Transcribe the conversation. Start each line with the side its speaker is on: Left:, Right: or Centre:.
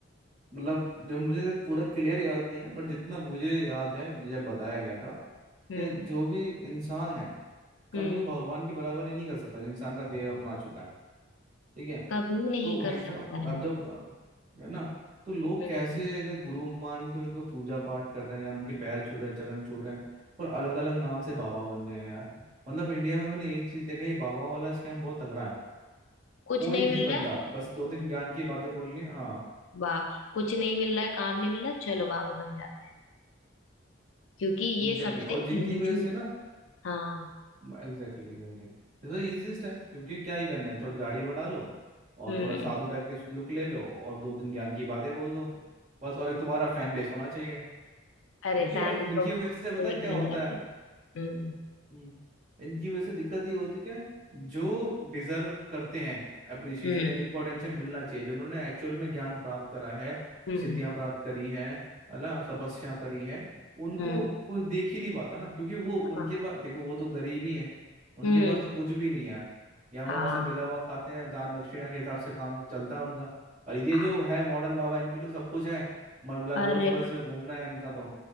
Right: मतलब जो मुझे तक पूरा क्लियर याद नहीं है बट जितना मुझे याद है मुझे जब बताया गया था
Left: हम्म
Right: कि जो भी इंसान है कभी
Left: हम्म
Right: वो भगवान की बराबरी नहीं कर सकता जो इंसान का देह अपना चुका है ठीक है
Left: कभी नहीं
Right: तो भाई
Left: कर
Right: साहब
Left: सकता
Right: अब
Left: है
Right: जब अ, है ना तो लोग
Left: हम्म
Right: कैसे ऐसे गुरु मान के उनको पूजा पाठ कर रहे हैं यार उनके पैर छू रहे हैं चरण छू रहे हैं और अलग अलग नाम से बाबा बन गए हैं यार मतलब इंडिया में मैंने एक चीज देखा ये बाबा वाला स्कैम बहुत तगड़ा है
Left: कुछ
Right: कोई
Left: नहीं
Right: भी
Left: मिल
Right: बंदा
Left: रहा है
Right: बस दो तीन ज्ञान की बातें बोलनी है, हाँ
Left: वाह कुछ नहीं मिल रहा है काम नहीं मिल रहा है, चलो बाबा बन जाते हैं क्योंकि
Right: Exactly
Left: ये सबसे
Right: exactly.
Left: इजी
Right: और जिनकी वजह से ना
Left: हाँ
Right: एग्जैक्टली एग्जैक्टली ये तो easiest है क्योंकि क्या ही करना है थोड़ी दाढ़ी बढ़ा लो और
Left: हम्म
Right: थोड़ा साधु टाइप के लुक ले लो और दो तीन ज्ञान की बातें बोल दो बस और एक तुम्हारा फैन बेस होना चाहिए क्योंकि
Left: अरे फैन
Right: और इनकी
Left: तो
Right: वजह से पता है
Left: एक
Right: क्या
Left: बन
Right: होता
Left: जाते
Right: है
Left: हैं हम्म
Right: हम्म, इनकी वजह से दिक्कत ये होती है कि जो डिजर्व करते हैं अप्रिसिएशन
Left: हम्म
Right: या जिनको अटेंशन मिलना चाहिए जिन्होंने एक्चुअल में ज्ञान प्राप्त करा है
Left: हम्म
Right: सिद्धियां प्राप्त करी हैं है ना तपस्या करी है उनको
Left: हम्म
Right: कोई देख ही नहीं पाता ना क्योंकि वो उनके
Left: हाँ
Right: पास देखो वो तो गरीब ही हैं उनके
Left: हम्म
Right: पास तो कुछ भी नहीं है या
Left: हाँ
Right: वहाँ से मिला हुआ खाते हैं दान दक्षिणा के हिसाब से काम चलता है उनका और ये
Left: हाँ
Right: जो है मॉडर्न बाबा इनके लिए तो सब कुछ है मतलब
Left: अरे
Right: रोल्स रॉयस में घूमना है इनका तो